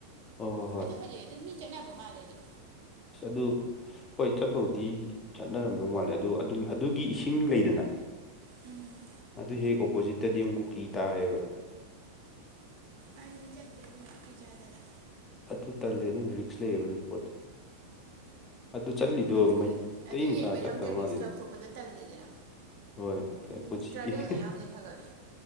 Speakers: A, on the left; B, on the right.
A: ꯍꯣꯏ ꯍꯣꯏ ꯍꯣꯏ
B: ꯑꯗꯨ ꯍꯧꯖꯤꯛ ꯑꯗꯨꯝ ꯃꯤ ꯆꯠꯅꯕ ꯃꯥꯜꯂꯦ ꯑꯗꯨ
A: ꯁꯗꯨꯨ ꯍꯣꯏ ꯆꯠꯄꯕꯨꯗꯤ ꯆꯠꯅꯔꯝꯗꯧ ꯃꯥꯜꯂꯦ ꯑꯗꯨ ꯑꯗꯨ ꯑꯗꯨꯒꯤ ꯏꯁꯤꯡ ꯂꯩꯗꯅ
B: ꯎꯝ
A: ꯑꯗꯨ ꯍꯦꯛ ꯑꯣꯄꯣꯖꯤꯠꯇꯗꯤ ꯑꯃꯨꯛ ꯀꯨꯀꯤ ꯇꯥꯏꯌꯦꯕ
B: ꯑꯩꯗꯤ ꯆꯠꯇꯗ ꯀꯤꯆꯥꯗꯅ
A: ꯑꯗꯨ ꯇꯜꯂꯦ ꯑꯗꯨꯅ ꯔꯤꯛꯁ ꯂꯩꯌꯦꯕ ꯑꯗꯨꯗꯤ ꯄꯣꯠꯇꯦ ꯑꯗꯨ ꯆꯠꯂꯤꯗꯣ
B: ꯑꯗꯨ
A: ꯃꯩꯇꯩ
B: ꯎꯝ ꯑꯗꯨ
A: ꯃꯆꯥ
B: ꯌꯦꯡꯕꯩꯗꯤ
A: ꯆꯠꯇꯕ
B: ꯑꯃꯨꯛꯇ ꯔꯤꯛꯁ
A: ꯃꯥꯜꯂꯤꯗ
B: ꯂꯧꯊꯣꯛꯄꯗꯣ ꯇꯜꯂꯤꯗꯅ
A: ꯍꯣꯏ ꯀꯥꯏ
B: ꯎꯝ
A: ꯄꯨꯁꯤꯦ
B: ꯇ꯭ꯔꯥꯏꯕꯦꯜꯅ
A: <inaudible>
B: ꯑꯌꯥꯝꯕꯗꯤ ꯊꯥꯒꯠꯂꯦ